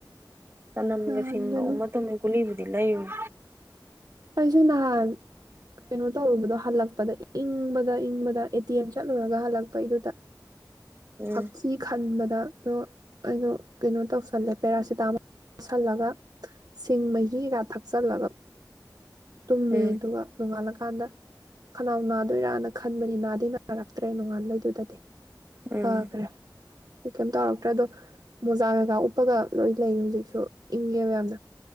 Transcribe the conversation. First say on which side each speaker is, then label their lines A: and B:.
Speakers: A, on the right; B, on the right.
A: ꯁ ꯅꯝꯒ
B: ꯅꯍꯥꯟꯒ
A: ꯁꯤꯁꯤꯡꯒ
B: ꯑꯗꯨꯝ
A: ꯃ ꯇꯣꯝꯃꯦ ꯀꯨꯂꯤ ꯂꯩꯥꯏ
B: ꯑꯩꯁꯨ ꯅꯍꯥꯟ ꯀꯩꯅꯣ ꯇꯧꯔꯨꯕꯗꯣ ꯍꯜꯂꯛ ꯏꯪꯕꯗ ꯏꯪꯕ ꯑꯦ ꯇꯤ ꯑꯦꯝ ꯆꯠꯂꯨꯔꯒ ꯍꯜꯂꯛꯄ ꯩꯗꯨꯗ
A: ꯎꯝ
B: ꯍꯥꯞꯁꯤ ꯈꯟ ꯗꯗ ꯑꯗꯣ ꯑꯩꯗꯣ ꯀꯩꯅꯣ ꯇꯧꯁꯜꯂꯦ ꯄꯦꯔꯥꯁꯤꯇꯥꯃꯣꯜ ꯇꯁꯤꯜꯂꯒ ꯁꯤꯡ ꯃꯍꯤꯒ ꯊꯛꯆꯜꯂꯒ ꯇꯨꯝꯃꯦ
A: ꯎꯝ
B: ꯑꯗꯨꯒ ꯅꯣꯡꯉꯥꯜꯂꯀꯥꯟꯗ ꯈꯅꯥꯎ ꯅꯥꯗꯣꯏꯔꯥꯅ ꯈꯟꯕꯅꯤ ꯅꯥꯗꯤ ꯅꯥꯔꯛꯇ꯭ꯔꯦ ꯅꯣꯡꯉꯥꯟꯕꯩꯗꯨꯗꯗꯤ
A: ꯎꯝ
B: ꯐꯥꯒ꯭ꯔꯦ ꯀꯩꯝ ꯇꯧꯔꯛꯇ꯭ꯔꯦ ꯑꯗꯣ ꯃꯣꯖꯥꯒꯒ ꯎꯞꯒ ꯂꯣꯏ ꯂꯩ ꯍꯧꯖꯤꯛꯁꯨ ꯏꯪꯉꯦꯕ ꯌꯥꯝꯅ